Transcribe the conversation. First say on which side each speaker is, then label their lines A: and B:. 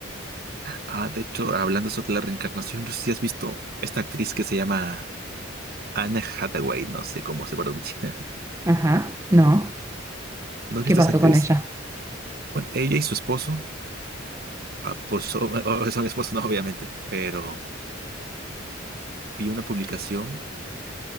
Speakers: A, on the right (about 50°); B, on the right (about 15°).
A: Ah, de hecho, hablando sobre la reencarnación, no sé si has visto esta actriz que se llama Anna Hathaway, no sé cómo se pronuncia. <laughs>
B: Ajá, no.
A: ¿No has
B: ¿Qué
A: visto
B: pasó
A: esa actriz?
B: con ella?
A: Bueno, ella y su esposo, ah, pues son, <laughs> o- son esposos, no, obviamente, pero vi una publicación